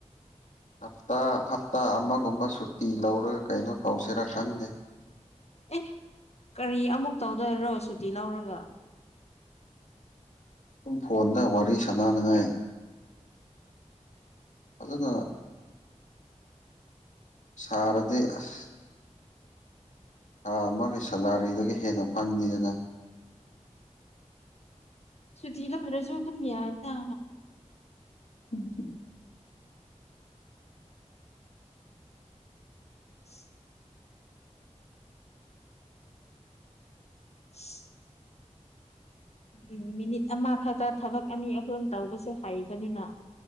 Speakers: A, on the left; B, on the left.
A: ꯍꯞꯇꯥ ꯍꯞꯇꯥ ꯑꯃꯒꯨꯝꯕ ꯁꯨꯇꯤ ꯂꯧꯔꯒ ꯀꯩꯅꯣ ꯇꯧꯁꯤꯔꯥ ꯈꯪꯗꯦ
B: ꯑꯦ ꯀꯔꯤ ꯑꯃꯨꯛ ꯇꯧꯗꯣꯏꯔꯣ ꯁꯨꯇꯤ ꯂꯧꯔꯒ
A: ꯄꯨꯡ ꯐꯣꯟꯗ ꯋꯥꯔꯤ ꯁꯥꯟꯅꯅꯉꯥꯏ ꯐꯖꯅ ꯁꯥꯔꯗꯤ ꯑꯁ ꯊꯥ ꯑꯃꯒꯤ ꯁꯦꯂꯥꯔꯤꯗꯒꯤ ꯍꯦꯟꯅ ꯐꯪꯅꯤꯗꯅ
B: ꯁꯨꯇꯤ ꯂꯧꯗ꯭ꯔꯁꯨ ꯑꯗꯨꯝ ꯌꯥꯏꯅ
A: ꯎꯝ
B: <inaudible> <unintelligible> ꯎꯝ ꯃꯤꯅꯤꯠ ꯑꯃ ꯈꯛꯇ ꯊꯕꯛ ꯑꯅꯤ ꯑꯍꯨꯝ ꯇꯧꯕꯁꯨ ꯍꯩꯕꯅꯤꯅ